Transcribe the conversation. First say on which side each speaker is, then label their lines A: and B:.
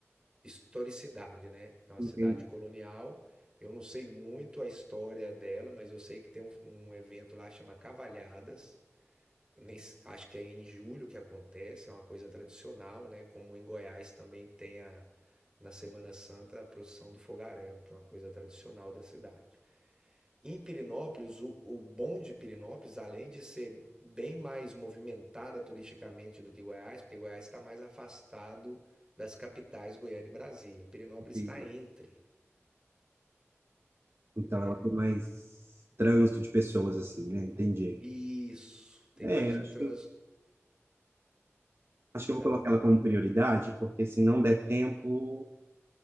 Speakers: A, on the right (about 15°); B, on the right (about 55°).
A: historicidade, né? É uma
B: Entendi,
A: cidade colonial. Eu não sei muito a história dela, mas eu sei que tem um, um evento lá que chama Cavalhadas Nem s- acho que é em julho que acontece, é uma coisa tradicional, né? Como em Goiás também tem a, na Semana Santa a procissão do fogaréu, que é uma coisa tradicional da cidade. Em Pirinópolis, o, o bom de Pirinópolis, além de ser bem mais movimentada turisticamente do que Goiás, porque Goiás está mais afastado das capitais Goiânia e Brasília. Pirinópolis
B: entendi.
A: está entre,
B: Então
A: né?
B: ela tem mais trânsito de pessoas, assim, né? Entendi.
A: Isso, tem
B: É,
A: mais
B: acho
A: um trânsito.
B: que Acho
A: Diga
B: que eu vou colocar
A: lá.
B: ela como prioridade, porque se não der tempo,